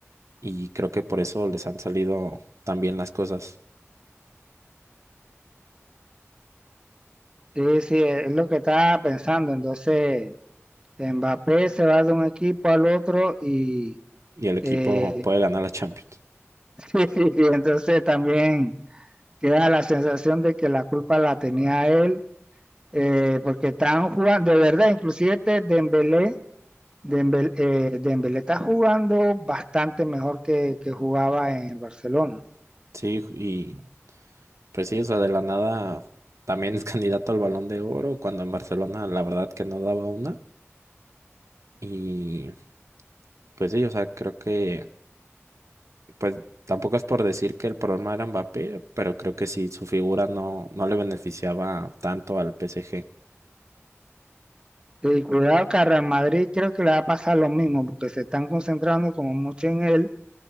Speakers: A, on the right; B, on the right.
A: y creo que por eso les han salido tan bien las cosas
B: Sí, sí, e, es lo que estaba pensando. Entonces, Mbappé se va de un equipo al otro y
A: y el equipo
B: eh,
A: puede ganar la Champions.
B: <laughs> sí, entonces también queda la sensación de que la culpa la tenía él, eh, porque están jugando, de verdad, inclusive este Dembélé, Dembélé, eh, Dembélé está jugando bastante mejor que, que jugaba en el Barcelona.
A: Sí, y Pues sí, o sea, de la nada también es <laughs> candidato al Balón de Oro, cuando en Barcelona la verdad que no daba una. Y pues sí, o sea, creo que, pues tampoco es por decir que el problema era Mbappé, pero creo que sí, su figura no, no le beneficiaba tanto al PSG.
B: Y cuidado que a Real Madrid creo que le va a pasar lo mismo, porque se están concentrando como mucho en él,